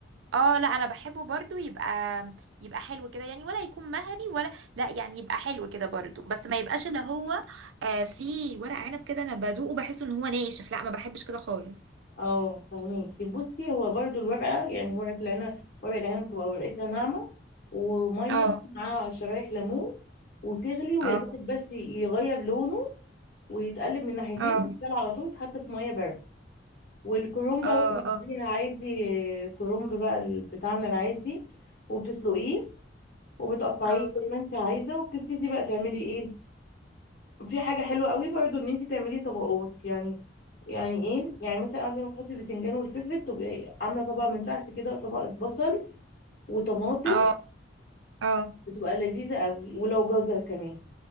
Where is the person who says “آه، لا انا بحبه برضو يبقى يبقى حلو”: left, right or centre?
Right